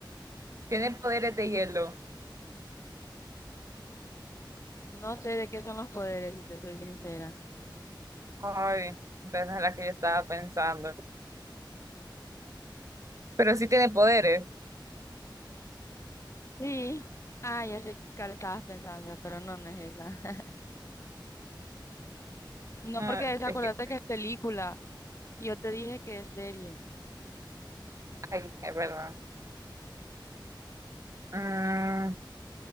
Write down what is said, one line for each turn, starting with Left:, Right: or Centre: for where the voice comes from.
Right: tiene poderes de hielo.
Left: No sé de qué son los poderes, si te soy sincera.
Right: Ay, esa es la que yo estaba pensando. Pero sí tiene poderes.
Left: Sí. Ah, ya sé cuál estabas pensando, pero no, no es esa. <laughs> No,
Right: Ah,
Left: porque es, acordate
Right: es que,
Left: que es película. Y yo te dije que es serie.
Right: ay, es verdad. Mm,